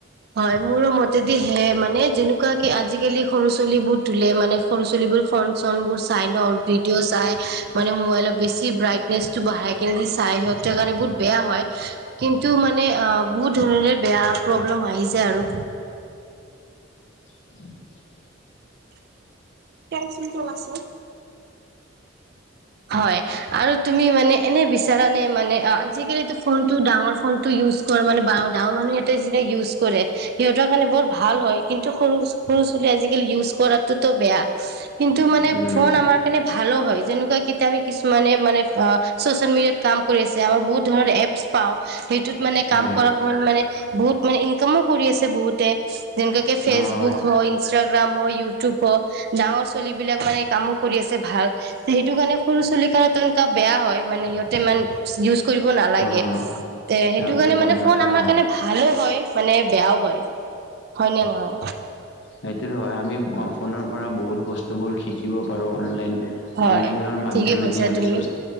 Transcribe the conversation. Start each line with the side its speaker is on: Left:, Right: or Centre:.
Right: হয়, মোৰ মতেদি হে মানে যেনেকুৱা কি আজিকালি সৰু ছোৱালী বোৰ তোল মানে সৰু ছালীবোৰ ফন চন বোৰ চাই ন ভিডিঅ' চাই মানে মোবাইলত বেছি ব্ৰাইটনেচটো বঢ়াই কেনেদি চাই সিহঁত কাৰণে বহুত বেয়া হয় কিন্তু মানে অ বহুত ধৰণৰে বেয়া প্ৰব্লেম আহি যায় আৰু
Left: <inaudible>
Right: কচোন কল আছে হয় আৰু তুমি মানে এনে বিচাৰ নে মানে আজিকালি টো ফোনটো ডাঙৰ ফনটো ইউজ ঘৰ মানে বা ডাঙৰ মনুহ সিতে যেনে ইউজ কৰে সিহঁতৰ কাৰণে বৰ ভাল হয় কিন্তু সৰু সৰু ছোৱালী আজিকালি ইউজ কৰাতোতো বেয়া কিন্তু মানে
Left: উম
Right: ফোন আমাৰ কাৰণে হলো হয় যেনেকুৱা কিতা আমি কিছুমান মানে মানে অ চচিয়েল মিডিয়াত কাম কৰি আছে। আমাৰ বহুত ধৰণৰ এপচ পাওঁ সেইটোত মানে
Left: হয়
Right: কাম কৰ সময়ত মানে বহুত মানে ইনকামো কৰি আছে বহুতে যেনেকাকে ফেচবুক
Left: হয়
Right: হ ইনাগ্ৰাম হ ইউটিউব হওঁক ডাঙৰ চলি বিলাক মানে কামো কৰি আছে ভাচ সেইটো কাৰণে সৰু চুলিকত <unintelligible> বেয়া হয় মানে সিহঁতে ইমান ইউজ কৰিব নালাগে,
Left: অ
Right: তে সেইটো
Left: সিহঁতে
Right: কাৰণে
Left: গম
Right: মানে ফোন
Left: নাপায়
Right: আমাৰ
Left: হয়
Right: কাৰণে ভালো হয়। মানে বেয়াও হয়' হয় নে নহয়
Left: অ'এইটো হয, আমি ফোনৰ পৰা বহুত বস্তুবোৰ শিকিব পাৰোঁ। অনলাইন
Right: হয়
Left: অনলাইনৰ মাইধমাএ
Right: ঠিকে কৈছা
Left: দি আমিয়
Right: তুমি